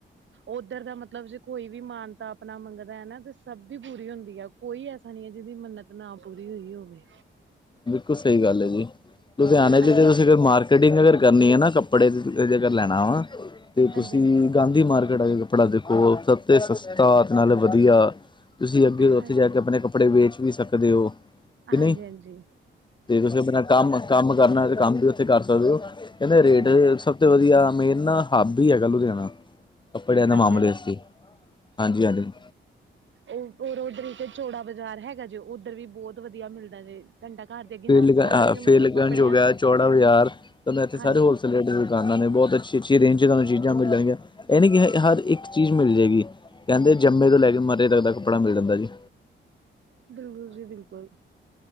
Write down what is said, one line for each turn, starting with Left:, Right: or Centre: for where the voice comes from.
Right: ਉੱਧਰ ਦਾ ਮਤਲਬ ਜੇ ਕੋਈ ਵੀ ਮਾਨਤਾ ਆਪਣਾ ਮੰਗਦਾ ਹੈ। ਨਾ ਤੇ ਸਭ ਦੀ ਪੂਰੀ ਹੁੰਦੀ ਹੈ। ਕੋਈ ਐਸਾ ਨਹੀ ਹੈ। ਜਿਹਦੀ ਮੰਨਤ ਨਾ ਪੂਰੀ ਹੋਈ ਹੋਵੇ।
Left: ਬਿਲਕੁਲ ਸਹੀ ਗੱਲ ਹੈ। ਜੀ ਲੁਧਿਆਣੇ ਚ
Right: ਅਸੀਂ
Left: ਤੁਸੀਂ ਮਾਰਕੀਟਿੰਗ ਅਗਰ ਕਰਨੀ ਹੈ। ਨਾ ਕੱਪੜੇ ਕੱਪੜੇ ਜਗਰ ਲੈਣਾ ਵਾ ਤੇ
Right: ਹਾਂਜੀ
Left: ਤੁਸੀਂ ਗਾਂਧੀ ਮਾਰਕੀਟ ਅ ਕੱਪੜਾ ਦੇਖੋ ਸਭ ਸਸਤਾ ਤੇ ਨਾਲ ਵਧੀਆ ਤੁਸੀਂ ਅੱਗੇ।
Right: ਹਾਂਜੀ
Left: ਉੱਥੇ ਜਾ ਕੇ ਆਪਣੇ ਕੱ ਕੱਪੜੇ ਵੇਚ ਵੀ ਸਕਦੇ ਹੋ। ਕਿ
Right: ਹਾਂਜੀ-ਹਾਂਜੀ।
Left: ਨਹੀਂ ਤੇ ਤੁਸੀਂ ਆਪਣਾ ਕੰਮ ਕੰਮ ਕਰਨਾ ਤੇ, ਕੰਮ ਵੀ ਉੱਥੇ ਕਰ ਸਕਦੇ ਹੋ। ਕਹਿੰਦੇ ਰੇਟ
Right: ਹਾਂਜੀ
Left: ਸ ਬਹੁ ਵਧੀਆ ਮੇਨ ਨਾ ਹਾਬੀ ਹੈਗਾ ਲੁਧਿਆਣਾ। ਕੱਪੜਿਆਂ ਦਾ
Right: ਹਾਂਜੀ
Left: ਮਾਮਲੇ
Right: ਹਾਂਜੀ
Left: ਅ ਸੀ ਹਾਂਜੀ-ਹਾਂਜੀ।
Right: ਉਹਰ ਉਧਰ ਇੱਕ ਚੌੜਾ ਬਾਜ਼ਾਰ ਹੈਗਾ ਜੇ ਉੱਧਰ ਵੀ ਬਹੁਤ ਵਧੀਆ ਮਿਲਦਾ ਜੇ। ਕੰੰਡਾ ਘਰ ਦੇ ਅੱਗੇ
Left: ਫ
Right: ਨਾ ਸਾਰਾ ਅੱਗੇ
Left: ਫੇਲਗੰਜ
Right: ਮਤਲਬ ਕੱਪੜਿਆਂ
Left: ਹੋ ਗਿਆ ਚੌੜਾ ਬਾਜ਼ਾਰ ਤਾਂ ਮੈਂ ਇੱਥੇ
Right: ਹਾਂਜੀ
Left: ਸਾਰੇ ਹੋਲਸੇਲ ਰੇਟ। ਦਾਨਾਂ ਨੇ ਬਹੁਤ ਅੱਛੀ-ਅੱਛੀ ਰੇਂਜ ਚ ਤੁਹਾਨੂੰ ਚੀਜ਼ਾਂ ਮਿਲਣਗੀਆਂ ਇਹੇ ਕਿ ਹਰ ਇੱਕ ਚੀਜ਼ ਮਿਲ ਜਾਏਗੀ ਕਹਿੰਦੇ ਜੰਮੇ ਤੋਂ ਲੈ ਕੇ ਮਰੇ ਤੱਕ ਦਾ ਕੱਪੜਾ ਮਿਲ ਜਾਂਦਾ ਜੀ।
Right: ਬਿਲਕੁਲ ਜੀ ਬਿਲਕੁਲ।